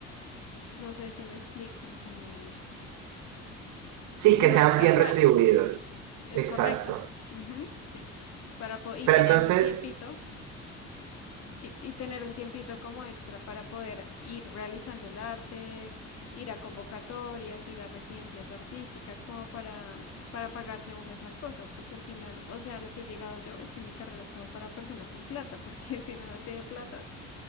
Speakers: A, on the left; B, on the right.
A: no sé si me explico, como,
B: Sí,
A: como
B: que
A: más
B: sean
A: casuales.
B: bien retribuidos.
A: Es
B: Exacto.
A: correcto. Ujú, sí. Para po- y
B: Pero
A: tener
B: entonces,
A: un tiempito Y, y tener un tiempito como extra para poder ir realizando el arte, ir a convocatorias, ir a residencias artísticas, como para, para pagarse uno esas cosas, porque al final, o sea, lo que he llegado yo es que mi carrera es como para personas con plata, porque <laughs> si uno no tiene plata,